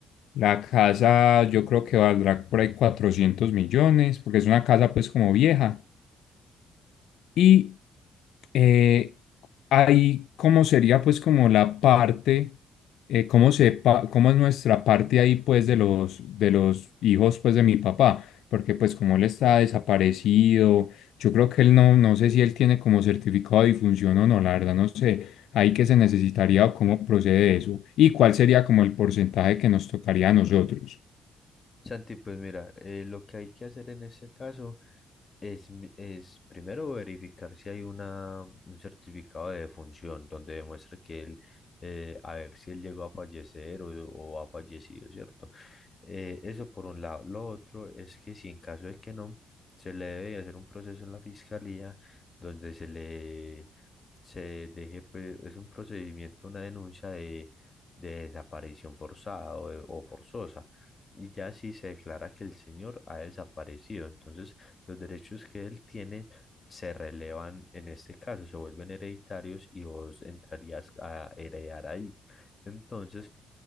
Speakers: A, on the left; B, on the left.
A: La casa yo creo que valdrá por ahí 400 millones, porque es una casa pues como vieja. Y eh, ahí cómo sería pues como la parte, eh, cómo se pa- cómo es nuestra parte ahí pues de los, de los hijos pues de mi papá, porque pues como él está desaparecido, yo creo que él no, no sé si él tiene como certificado de difunción o no, la verdad no sé, ahí que se necesitaría o cómo procede eso y cuál sería como el porcentaje que nos tocaría a nosotros.
B: Santi, pues mira, eh, lo que hay que hacer en ese caso. Es, mi- es primero verificar si hay una, un certificado de defunción donde demuestre que él, eh, a ver si él llegó a fallecer o, o ha fallecido, ¿cierto? Eh, eso por un lado. Lo otro es que si en caso de que no, se le debe hacer un proceso en la fiscalía donde se le se deje, pues, es un procedimiento, una denuncia de, de desaparición forzada o, de- o forzosa. Y ya si se declara que el señor ha desaparecido, entonces los derechos que él tiene se relevan en este caso, se vuelven hereditarios y vos entrarías a heredar ahí. Entonces,